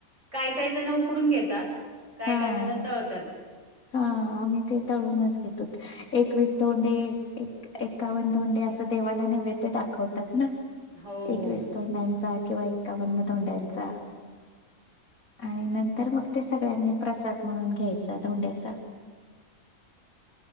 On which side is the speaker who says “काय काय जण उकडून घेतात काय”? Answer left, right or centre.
Right